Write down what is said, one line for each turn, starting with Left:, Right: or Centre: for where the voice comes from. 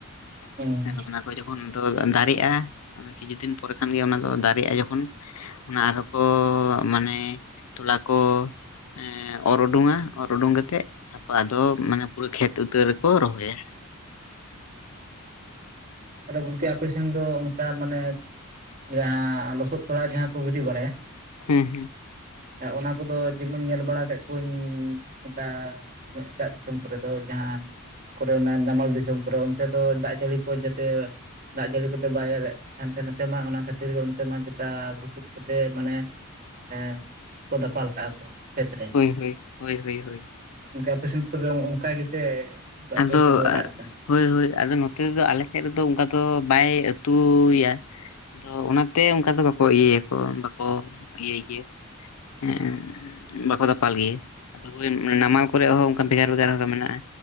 Left: <unintelligible>
Right: ᱦᱮᱸ
Left: ᱚᱱᱟ ᱠᱚ ᱡᱚᱠᱷᱚᱱ ᱫᱚ ᱫᱟᱨᱮᱜᱼᱟ ᱚᱱᱟ ᱠᱤᱪᱷᱩ ᱫᱤᱱ ᱯᱚᱨᱮ ᱠᱷᱟᱱᱜᱮ ᱚᱱᱟ ᱫᱚ ᱫᱟᱨᱮᱜᱼᱟ ᱡᱚᱠᱷᱚᱱ ᱚᱱᱟ ᱟᱨᱦᱚ ᱠᱚ ᱢᱟᱱᱮ ᱛᱚᱞᱟ ᱠᱚ ᱮᱸ ᱚᱨᱩᱰᱩᱝᱼᱟ ᱚᱨᱩᱰᱩᱝ ᱠᱟᱛᱮᱜ ᱛᱟᱯᱚᱨ ᱟᱫᱚ ᱢᱟᱱᱮ ᱯᱩᱨᱟᱹ ᱠᱷᱮᱛ ᱩᱛᱟᱹᱨ ᱨᱮᱠᱚ ᱨᱚᱦᱚᱭᱟ᱾
Right: <unintelligible> ᱛᱟᱦᱞᱮ ᱜᱚᱝᱠᱮ ᱟᱯᱮ ᱥᱮᱱ ᱫᱚ ᱚᱱᱠᱟ ᱢᱟᱱᱮ ᱡᱟᱦᱟᱸ ᱞᱚᱥᱚᱫ ᱛᱚᱨᱟ ᱡᱟᱦᱟᱸ ᱠᱚ ᱜᱤᱰᱤ ᱵᱟᱲᱟᱭᱟ
Left: ᱦᱩᱸ ᱦᱩᱸ᱾
Right: ᱚᱱᱟ ᱠᱚᱫᱚ ᱡᱮᱢᱚᱱ ᱧᱮᱞ ᱵᱟᱲᱟ ᱠᱮᱫ ᱠᱚᱣᱟᱹᱧ ᱚᱱᱠᱟ ᱡᱮᱢᱚᱱ ᱮᱴᱟᱜ ᱫᱤᱥᱚᱢ ᱠᱚᱨᱮ ᱫᱚ ᱡᱟᱦᱟᱸ ᱠᱚᱨᱮ ᱚᱱᱟ ᱱᱟᱢᱟᱞ ᱫᱤᱥᱚᱢ ᱫᱤᱥᱚᱢ ᱠᱚᱨᱮ ᱚᱱᱛᱮ ᱫᱚ ᱫᱟᱜ ᱡᱟᱹᱲᱤ ᱠᱚ ᱡᱟᱛᱮ ᱫᱟᱜ ᱡᱟᱹᱲᱤ ᱠᱚᱛᱮ ᱵᱟᱭ ᱦᱟᱱᱛᱮ ᱱᱟᱛᱮ ᱢᱟ ᱚᱱᱟ ᱠᱷᱟᱹᱛᱤᱨ ᱜᱮ ᱚᱱᱛᱮ ᱢᱟ ᱪᱮᱛᱟ ᱵᱩᱥᱩᱵ ᱠᱚᱛᱮ ᱢᱟᱱᱮ ᱦᱮᱸ ᱠᱚ ᱫᱟᱯᱟᱞ ᱠᱟᱜᱼᱟ ᱠᱚ᱾ ᱠᱷᱮᱛ
Left: ᱦᱳᱭ ᱦᱳᱭ ᱦᱳᱭ ᱦᱳᱭ ᱦᱳᱭ
Right: ᱚᱱᱠᱟ ᱟᱯᱮ ᱥᱮᱱ ᱫᱚ ᱛᱚᱵᱮ ᱚᱱᱠᱟ ᱜᱮᱥᱮ, ᱟᱯᱮ
Left: ᱟᱫᱚ
Right: ᱥᱮᱱ ᱫᱚ ᱮᱴᱟᱜ ᱨᱚᱠᱚᱢ?
Left: ᱦᱳᱭ ᱦᱳᱭ ᱟᱫᱚ ᱱᱚᱛᱮ ᱫᱚ ᱟᱞᱮ ᱥᱮᱫ ᱨᱮᱫᱚ ᱚᱱᱠᱟ ᱫᱚ ᱵᱟᱭ ᱟᱹᱛᱩᱭᱟ᱾ ᱟᱫᱚ ᱚᱱᱟᱛᱮ ᱚᱱᱠᱟ ᱫᱚ ᱵᱟᱠᱚ ᱤᱭᱟᱹᱭᱟᱠᱚ ᱵᱟᱠᱚ ᱤᱭᱟᱹᱭ ᱜᱮᱭᱟ᱾ ᱦᱮᱸ ᱵᱟᱠᱚ ᱫᱟᱯᱟᱞ ᱜᱮᱭᱟ? ᱟᱫᱚ ᱦᱳᱭ ᱱᱟᱢᱟᱞ ᱠᱚᱨᱮ ᱦᱚᱸ ᱚᱱᱠᱟ ᱵᱷᱮᱜᱟᱨ ᱵᱷᱮᱜᱟᱨ ᱦᱚᱸ ᱢᱮᱱᱟᱜᱼᱟ᱾